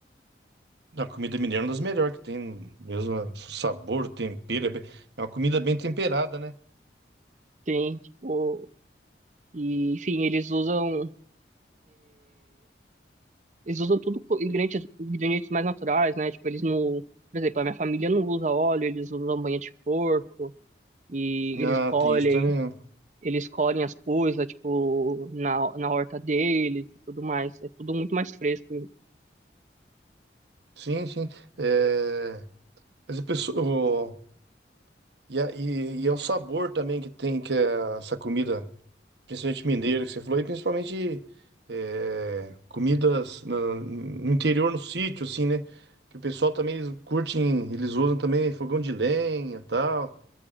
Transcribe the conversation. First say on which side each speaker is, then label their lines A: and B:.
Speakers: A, on the right; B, on the right.
A: A comida mineira é uma das melhores que tem, mesmo é, sabor, o tempero, é bem- é uma comida bem temperada, né?
B: Tem, tipo, e, enfim, eles usam eles usam tudo co- ingredientes, ingredientes mais naturais, né? Tipo, eles não. Por exemplo, a minha família não usa óleo, eles usam banha de porco e
A: Ah,
B: eles colhem,
A: tem isso também. né?
B: eles colhem as coisas, tipo, na, na horta deles e tudo mais. É tudo muito mais fresco. e-
A: Sim, sim. É, mas a pessoa, o- e, a- e, e é o sabor também que tem que é essa comida, principalmente mineira que você falou, e principalmente é, comidas na- no interior, no sítio, assim, né? Que o pessoal também eles curtem, eles usam também fogão de lenha, tal.